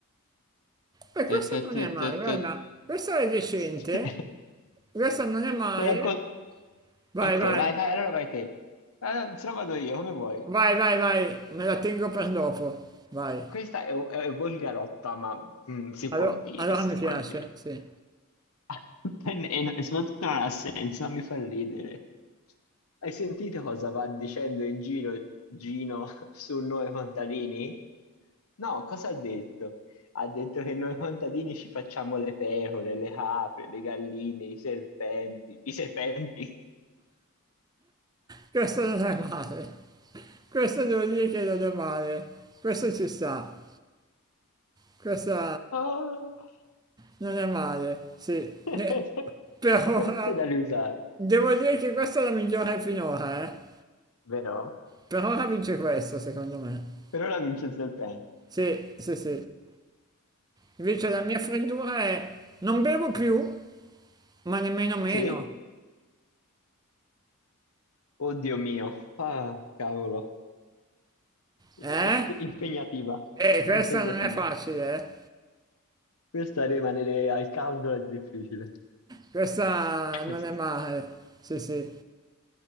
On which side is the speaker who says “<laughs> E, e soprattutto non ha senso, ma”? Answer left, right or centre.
Left